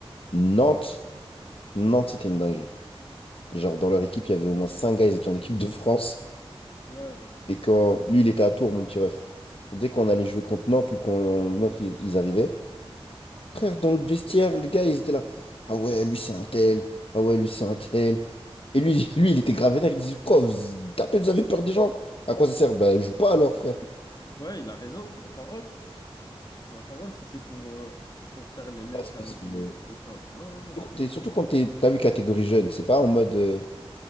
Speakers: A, on the left; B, on the left.
A: Nantes, Nantes, c'était une dinguerie. Genre, dans leur équipe, il y avait au moins 5 gars, ils étaient en équipe de France.
B: Ouais.
A: Et quand lui, il était à Tours, mon petit ref. Dès qu'on allait jouer contre Nantes ou quand Nantes, ils ils arrivaient, Frère, dans le vestiaire, les gars, ils étaient là. Ah ouais, lui, c'est un tel. Ah ouais, lui, c'est un tel. Et lui, <laughs> lui, il était grave vénère. Il disait, quoi, vous tapez, vous avez peur des gens? À quoi ça sert? Bah, joue pas alors, frère.
B: Ouais, il a raison, ma parole. Ma parole, si c'est pour, euh, pour faire les lèches
A: Parce que
B: avec
A: c'est le-
B: euh, les gens. Non, non, non.
A: Surtout quand t'es, surtout quand t'es- t'as vu catégorie jeune, c'est pas en mode, euh,